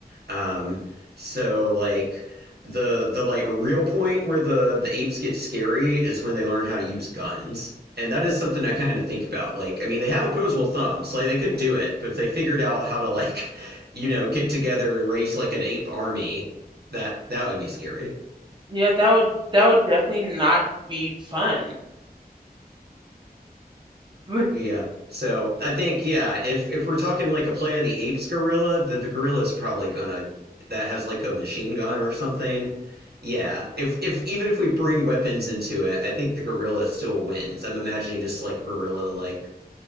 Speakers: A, on the right (about 80°); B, on the right (about 30°).
A: Um, so like the the like real point where the the apes get scary is when they learn how to use guns. And that is something I kind of think about. Like, I mean, they have opposable thumbs. Like, they could do it, but if they figured out how to, like, <laughs> you know, get together and raise like an ape army, that that would be scary.
B: Yeah, that would that would definitely not be fun. <laughs>
A: Yeah. So I think, yeah, if if we're talking like a Planet of the Apes gorilla, then the gorilla is probably gonna that has like a machine gun or something. Yeah. If if even if we bring weapons into it, I think the gorilla still wins. I'm imagining just like gorilla like